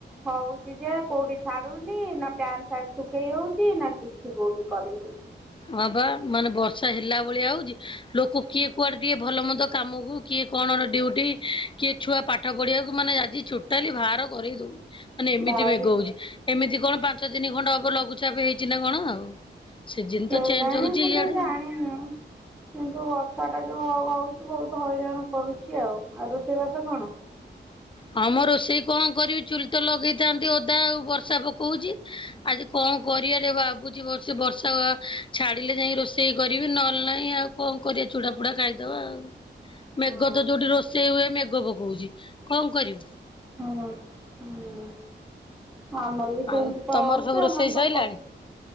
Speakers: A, in the centre; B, on the left.
A: ହଉଛି ଯେ କୋଉଠି ଛାଡୁନି ନା ପ୍ୟାଣ୍ଟ ସାର୍ଟ ଶୁଖେଇ ହଉଛି ନା କିଛି କୋଉଠି କରୁନି।
B: ହଁବା ମାନେ ବର୍ଷା ହେଲା ଭଳିଆ ହଉଛି ଲୋକ କିଏ କୁଆଡେ ଟିକେ ଭଲ ମନ୍ଦ। କାମକୁ କିଏ କଣ ଡିଉଟି କିଏ। ଛୁଆ ପାଠ ପଢିବାକୁ ମାନେ ଆଜି ଟୋଟାଲି ବାହାର କରି ଦଉନି ମାନେ ଏମିତି
A: ଭାବି
B: ମେଘ ହଉଛି। ଏମିତି କଣ ପାଞ୍ଚ ତିନି ଖଣ୍ଡ ହେବ ଲଘୁଚାପ ହେଇଛି ନା କଣ ଆଉ।? ସିଜିନ
A: କୋଇ
B: ତ ଚେଞ୍ଜ
A: ଜାଣି
B: ହଉଛି
A: ମୁ
B: ଇଆଡେ
A: ତ ଜାଣିନୁ
B: ହଁ।
A: କିନ୍ତୁ ବର୍ଷା ଟା ଯୋଉ ହଉଛି। ବହୁତ ହଇରାଣ କରୁଛି ଆଉ ଆଉ ରୋଷେଇବାସ କଣ।?
B: ହଁମ ରୋଷେଇ କଣ କରିବି ଚୁଲି ତ ଲଗେଇଥାନ୍ତି ଓଦା ଆଉ ବର୍ଷା ପକେଉଚି। ଆଜି କଣ କରିବାରେ ଭାବୁଛିବର୍ଷ ବର୍ଷା ଛାଡିଲେ ଯାଇ ରୋଷେଇ କରିବି ନହେଲେ ନାହିଁ ଆଉ। କଣ କରିବା ଚୁଡା ଫୁଡା ଖାଇଦବା ଆଉ। ମେଘ
A: ହଁ
B: ତ ଯୋଉଠି ରୋଷେଇ ହୁଏ ମେଘ ପକେଉଛି କଣ କରିବି।
A: ହୁଁ ହୁଁ ଆମର ବି ସେମିତି
B: ଆଉ
A: ତ
B: ତମର
A: ହଉଛି
B: ସବୁ ରୋଷେଇ
A: ଆମର
B: ସଇଲାଣି?
A: ତ